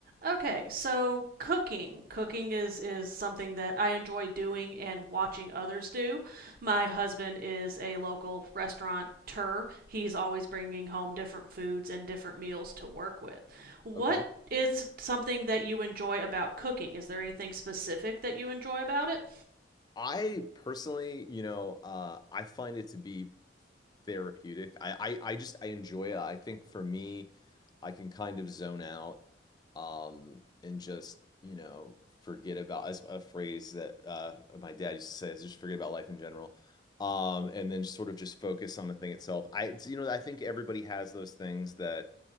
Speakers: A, on the right; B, on the left.
A: Okay, so cooking. Cooking is is something that I enjoy doing and watching others do. My husband is a local restaurateur. He's always bringing home different foods and different meals to work with. What
B: Okay.
A: is something that you enjoy about cooking? Is there anything specific that you enjoy about it?
B: I personally, you know, uh, I find it to be therapeutic. I, I, I just I enjoy it. I think for me, I can kind of zone out, um, and just, you know, forget about as a phrase that uh my dad used to say is just forget about life in general. Um, and then sort of just focus on the thing itself. I, it's- you know, I think everybody has those things that